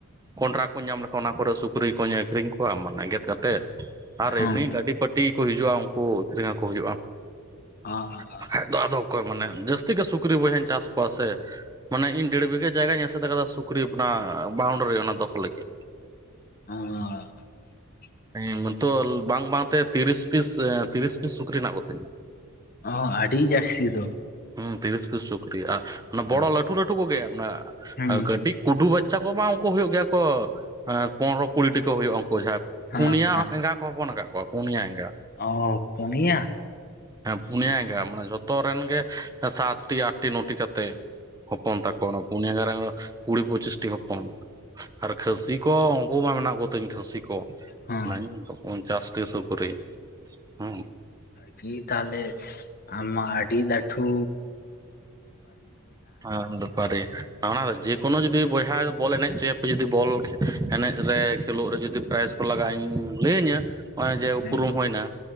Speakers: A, on the right; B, on the left.
A: ᱠᱚᱸᱰᱨᱟ ᱠᱚᱧ ᱧᱟᱢ ᱞᱮᱠᱷᱟᱱ ᱚᱱᱟ ᱠᱚᱨᱮ ᱥᱩᱠᱨᱤ ᱠᱚᱧ ᱟᱹᱠᱷᱨᱤᱧ ᱠᱚᱣᱟ ᱢᱟᱱᱮ ᱜᱮᱫ ᱼᱼ ᱠᱟᱛᱮᱫ
B: ᱦᱮᱸ
A: ᱟᱨ ᱮᱢᱱᱤ ᱜᱟᱹᱰᱤ ᱯᱟᱹᱴᱤ ᱠᱚ ᱦᱤᱡᱩᱜᱼᱟ ᱩᱱᱠᱩ ᱟᱹᱷᱨᱤᱧ ᱟᱠᱚ ᱦᱩᱭᱩᱜᱼᱟ
B: ᱚᱻ
A: ᱵᱟᱠᱷᱟᱡ ᱫᱚ ᱟᱫᱚ ᱚᱠᱚᱭ ᱢᱟᱱᱮ ᱡᱟᱹᱥᱛᱤ ᱜᱮ ᱥᱩᱠᱨᱤ ᱵᱚᱭᱦᱟᱧ ᱪᱟᱥ ᱠᱚᱣᱟ ᱥᱮ ᱢᱟᱱᱮ ᱤᱧ ᱫᱮᱲ ᱵᱤᱜᱟᱹ ᱡᱟᱭᱜᱟᱧ ᱮᱥᱮᱫ ᱟᱠᱟᱫᱟ ᱥᱩᱠᱨᱤ ᱚᱱᱟ ᱵᱟᱣᱩᱱᱰᱟᱨᱤ ᱚᱱᱟ ᱫᱚᱦᱚ ᱞᱟᱹᱜᱤᱫ
B: ᱚᱸᱻ
A: ᱤᱧ ᱱᱤᱛᱳᱜ ᱵᱟᱝ ᱵᱟᱝᱛᱮ ᱛᱤᱨᱤᱥ ᱯᱤᱥ ᱛᱤᱨᱤᱥ ᱯᱤᱥ ᱥᱩᱠᱨᱤ ᱢᱮᱱᱟᱜ ᱠᱚᱛᱤᱧᱟ
B: ᱚ ᱦᱚᱸ ᱟᱹᱰᱤ ᱡᱟᱹᱨᱛᱤ ᱫᱚ
A: ᱦᱩᱸ ᱛᱤᱨᱤᱥ ᱯᱤᱥ ᱪᱩᱠᱨᱤ ᱟᱨ ᱚᱱᱟ
B: ᱦᱮᱸ
A: ᱵᱚᱲᱚ ᱞᱟᱹᱴᱩ ᱞᱟᱹᱴᱩ ᱠᱚᱜᱮ ᱚᱱᱟ
B: ᱦᱩᱸ
A: ᱠᱟᱹᱴᱤᱡ
B: ᱦᱩᱸ
A: ᱠᱩᱰᱩ ᱵᱟᱪᱪᱷᱟ ᱠᱚ ᱵᱟᱝ ᱩᱱᱠᱩ ᱦᱩᱭᱩᱜ ᱜᱮᱭᱟ ᱠᱚ ᱯᱚᱱᱨᱚ ᱠᱩᱲᱤᱴᱤ ᱠᱚ ᱦᱩᱭᱩᱜᱼᱟ ᱩᱱᱠᱩ ᱡᱟᱦᱟᱸ
B: ᱦᱮᱸ
A: ᱯᱩᱱᱭᱟ ᱮᱸᱜᱟ ᱠᱚ ᱦᱚᱯᱚᱱ ᱟᱠᱟᱫ ᱠᱚᱣᱟ ᱯᱩᱱᱭᱟ ᱮᱸᱜᱟ
B: ᱚᱻ ᱯᱩᱱᱭᱟ
A: ᱦᱮᱸ ᱯᱩᱱᱭᱟ
B: ᱚ
A: ᱮᱸᱜᱟ ᱢᱟᱱᱮ ᱡᱷᱚᱛᱚ ᱨᱮᱱ ᱜᱮ ᱥᱟᱛᱴᱤ ᱟᱴᱤ ᱱᱚᱴᱤ ᱠᱟᱛᱮ ᱦᱚᱯᱚᱱ ᱛᱟᱠᱚ ᱚᱱᱟ ᱯᱩᱱᱭᱟᱹ ᱜᱟᱨᱟᱝ ᱠᱩᱲᱤ ᱯᱚᱸᱪᱤᱥᱴᱤ ᱦᱚᱯᱚᱱ ᱟᱨ ᱠᱷᱟᱹᱥᱤ ᱠᱚ ᱩᱱᱠᱩ ᱢᱟ ᱢᱮᱱᱟᱜ ᱠᱚᱛᱤᱧ ᱠᱷᱟᱹᱥᱤ ᱠᱚ
B: ᱦᱮᱸ
A: ᱱᱟᱧ ᱯᱚᱧᱪᱟᱥᱴᱤ ᱥᱩᱠᱨᱤ ᱦᱩᱸ
B: ᱴᱷᱤ ᱛᱟᱦᱮ ᱟᱢ ᱢᱟ ᱟᱹᱰᱤ ᱞᱟ. ᱴᱷᱩ
A: ᱦᱩᱸ ᱟᱱᱰᱚ ᱯᱟᱨᱮ ᱚᱱᱟ ᱡᱮᱠᱳᱱᱳ ᱡᱩᱫᱤ ᱵᱚᱭᱦᱟ ᱵᱚᱞ ᱮᱱᱮᱡ ᱪᱮ ᱡᱩᱫᱤ ᱵᱚᱞ ᱮᱱᱮᱡ ᱨᱮ ᱠᱷᱮᱞᱳᱜ ᱨᱮ ᱡᱩᱫᱤ ᱯᱨᱟᱭᱤᱡ ᱠᱚ ᱞᱟᱜᱟᱜ ᱤᱧ ᱞᱟᱹᱭ ᱤᱧᱟ ᱱᱚᱜᱼᱚᱭ ᱡᱮ ᱩᱯᱨᱩᱢ
B: ᱦᱮᱸ
A: ᱦᱩᱭᱱᱟ